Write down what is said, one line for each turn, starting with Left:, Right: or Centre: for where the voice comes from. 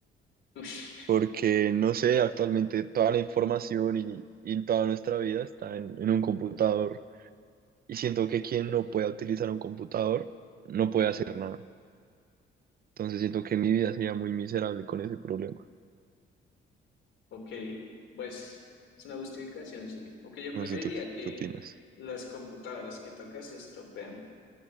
Left: <laughs>
Right: Porque, no sé, actualmente toda la información y, y toda nuestra vida está en, en un computador. Y siento que quien no pueda utilizar un computador no puede hacer nada. Entonces siento que mi vida sería muy miserable con ese problema.
Left: Ok, pues es una justificación, sí. Aunque yo preferiría
Right: No sé, ¿tú
Left: que
Right: qué opinas?
Left: las computadoras que tocas se estropean.